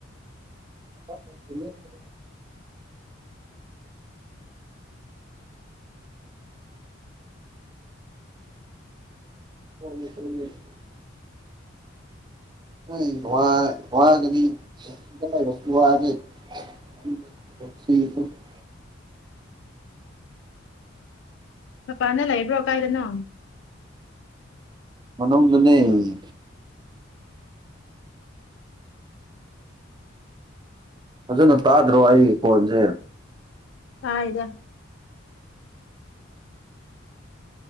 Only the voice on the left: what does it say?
ꯃꯄꯥꯟꯗ ꯂꯩꯕ꯭ꯔꯣ ꯀꯥꯏꯗꯅꯣ
ꯇꯥꯏꯗ